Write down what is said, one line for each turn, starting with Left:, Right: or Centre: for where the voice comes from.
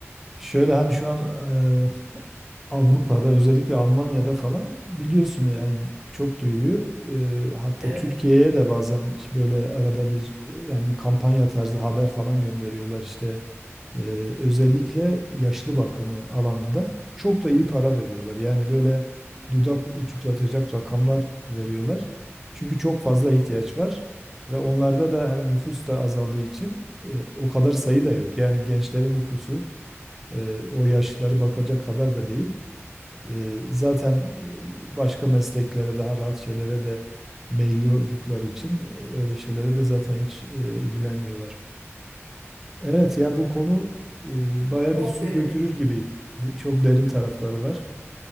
Centre: şöyle hani şu an e, Avrupa'da özellikle Almanya'da falan biliyorsun yani çok duyuluyor. Eee, hatta
Right: Evet.
Centre: Türkiye'ye de bazen böyle arada bir e, yani kampanya tarzı haber falan gönderiyorlar işte. Eee, özellikle yaşlı bakımı alanında çok da iyi para veriyorlar. Yani böyle dudak uçuklatacak rakamlar veriyorlar. Çünkü çok fazla ihtiyaç var ve onlarda da hani nüfus da azaldığı için e, o kadar sayı da yok. Yani gençlerin nüfusu e, o yaşlıları bakacak kadar da değil. E, zaten e, başka mesleklere daha rahat şeylere de meyilli oldukları için e, öyle şeylere de zaten hiç e, ilgilenmiyorlar. Evet ya bu konu e, baya
Right: Çok
Centre: bir su
Right: derin.
Centre: götürür gibi. De- çok derin tarafları var.